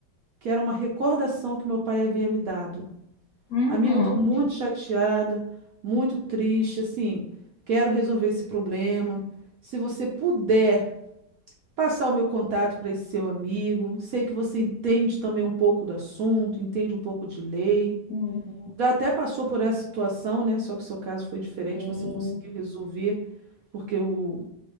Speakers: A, on the right; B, on the left.
A: que era uma recordação que meu pai havia me dado.
B: uhum,
A: Amiga, eu estou muito chateada, muito triste, assim, quero resolver esse problema. Se você puder passar o meu contato para esse seu amigo, sei que você entende também um pouco do assunto, entende um pouco de lei.
B: uhum.
A: Já até passou por essa situação, né? Só que o seu caso foi diferente,
B: Sim,
A: você conseguiu resolver, porque o,